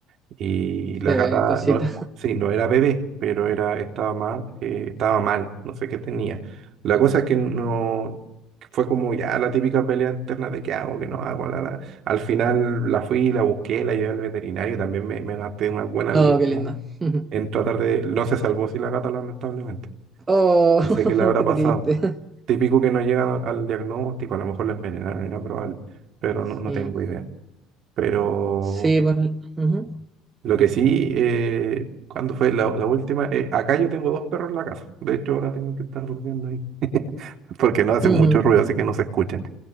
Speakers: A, on the right; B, on the right.
A: Y la
B: Eh,
A: gata,
B: cosita.
A: no, sí, no era bebé, pero era, estaba mal, estaba mal, no sé qué tenía. La cosa es que no, fue como ya la típica pelea interna de qué hago, qué no hago. la, la. Al final la fui, la busqué, la llevé al veterinario, también me, me gasté unas buenas
B: Oh,
A: lucas
B: qué lindo. Ujú.
A: en tratar de, no se salvó si la gata lamentablemente.
B: Oh,
A: No sé qué le habrá
B: <laughs> qué
A: pasado.
B: triste.
A: Típico que no llegan al, al diagnóstico, a lo mejor la envenenaron, era probable, pero no,
B: Sí.
A: no tengo idea. Pero
B: Sí, pues. ujú,
A: lo que sí, eh, ¿cuándo fue la, la última? Eh, acá yo tengo dos perros en la casa. De hecho, ahora tengo que estar durmiendo ahí. <laughs> Porque no hacen
B: ujú,
A: mucho ruido, así que no se escuchan.